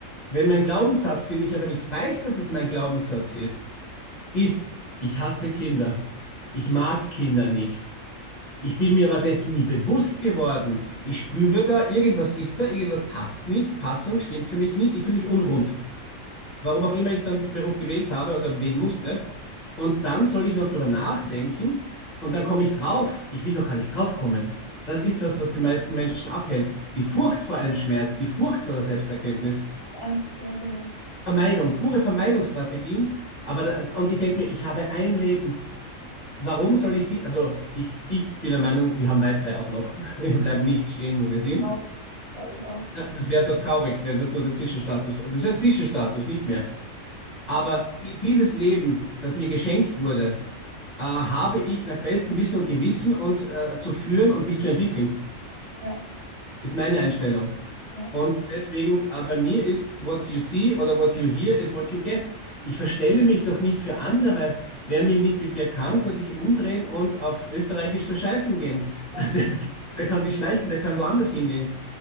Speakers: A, on the left; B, on the right.
A: Wenn mein Glaubenssatz, den ich aber nicht weiß, dass es mein Glaubenssatz ist, ist, ich hasse Kinder. Ich mag Kinder nicht. Ich bin mir aber dessen nie bewusst geworden. Ich spüre da, irgendwas ist da, irgendwas passt nicht, die Passung stimmt für mich nicht, ich fühle mich unrund. Warum auch immer ich dann diesen Beruf gewählt habe oder wählen musste. Und dann soll ich noch drüber nachdenken und dann komme ich drauf. Ich will doch gar nicht draufkommen. Das ist das, was die meisten Menschen abhält. Die Furcht vor einem Schmerz, die Furcht vor der Selbsterkenntnis.
B: die Angst, ja, genau.
A: Vermeidung,
B: Ja,
A: pure Vermeidungsstrategien. Aber da, und ich denke mir, ich habe ein Leben. Warum soll ich die? Also, ich, ich bin der Meinung, wir haben weitere auch noch. <laughs> Wir bleiben nicht stehen, wo
B: glaub
A: wir sind.
B: Ich auch, glaube ich auch.
A: Ja, Das wäre doch traurig, wenn das nur der Zwischenstatus, das ist ein Zwischenstatus, nicht mehr.
B: Ja,
A: Aber i- dieses Leben, das mir geschenkt wurde, äh, habe ich nach bestem Wissen und Gewissen und äh, zu führen und mich zu entwickeln,
B: ja,
A: ist meine Einstellung.
B: ja.
A: Und deswegen, äh, bei mir ist, what you see oder what you hear is what you get. Ich verstelle mich doch nicht für andere. Wer mich nicht mit mir kann, soll sich umdrehen und auf Österreichisch so scheißen gehen.
B: ja.
A: <laughs> Der, der kann sich schleichen, der kann woanders hingehen.